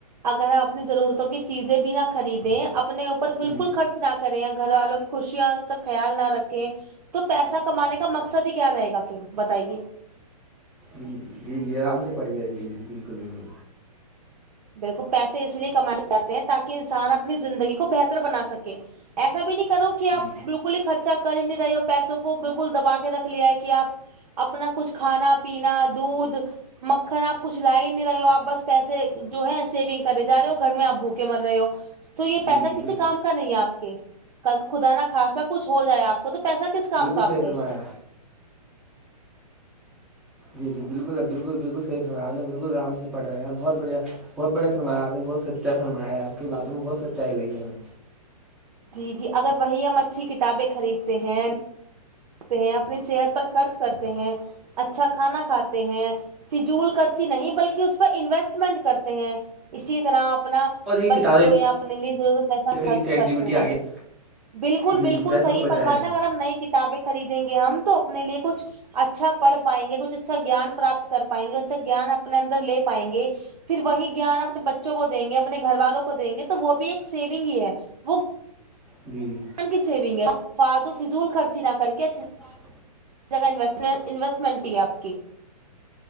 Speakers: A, on the right (about 80°); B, in the centre.
A: اگر آپ اپنی ضرورتوں کی چیزیں بھی نہ خریدیں اپنے اوپر بالکل
B: جی
A: خرچ نہ کریں یا گھر والوں کی خوشیاں خیال نہ رکھیں تو پیسہ کمانے کا مقصد ہی کیا رہے گا پھر بتائیے
B: جی جی جی آرام سے پڑھیے جی جی بالکل بالکل
A: بالکل پیسے اس لیے کمانے جاتے ہیں تاکہ انسان اپنی زندگی کو بہتر بنا سکے ایسا بھی نہیں کرو کہ آپ
B: جی
A: بالکل ہی خرچا کر ہی نہیں رہے ہو پیسوں کو بالکل دبا کے رکھ لیا ہے کہ آپ اپنا کچھ کھانا پینا دودھ مکھن آپ کچھ لا ہی نہیں رہے ہو آپ بس پیسے جو ہے سیونگ کرے جا رہے ہو گھر میں آپ بھوکے مر رہے ہو تو یہ پیسہ
B: جی جی
A: کسی
B: بال
A: کام کا نہیں ہے آپ کے کل خدا نا خھاصا کچھ ہو جائے آپ کو تو پیسا کس کام
B: بالکل
A: کا
B: صحیح
A: آپ
B: فرمایا
A: کے
B: جی جی بالکل اب بالکل بالکل صح فرم آ نے بالکلرام سے پڑھ رہے ہیں بہت بڑھیا بہتڑے فننایا آپ نے بہت سچا فون بنایا آپ کی باتوں میں بہت سچائی لگی ہمیں
A: جی جی اگر وہی ہم اچھی کتابیں خریدتے ہیں ہیں اپنی صحت پر خرچ کرتے ہیں اچھا کھانا کھاتے ہیں فضول کرچی نہیں بلکہ اس پہ انویسٹمنٹ کرتے ہیں اسی طرح اپنا
B: اور یہ
A: بچوں
B: کتابیں
A: یا اپنے لیے پیسہ خرچ
B: کی چیٹ
A: کرتے
B: جی بی ٹی آ
A: ہیں
B: گیا
A: بالکل
B: جی
A: بالکل
B: جی پیسے
A: صحی
B: کو بچایا
A: فرمائے نا
B: ہے
A: اگر ہم نہیں کتابیں خریدیں گے ہم تو اپنے لیے کچھ اچھا پڑھ پائیں گے کچھ اچ اچھا جیان پراپت کر پائیں گے اچھا جان اپنے اندر لے پائیں گے پھر وہی گان اپنے بچوں کو دیں گے اپنے گھر والوں کو دیں گے تو وہ بھی ایک سیونگ ہی ہے وہ
B: جی جی
A: گیان کی سیونگ ہے فدو فضول خرچی نہ کر کے اچھے سے
B: وات
A: جگہ انویسٹمنٹ ہی ہے آپ کی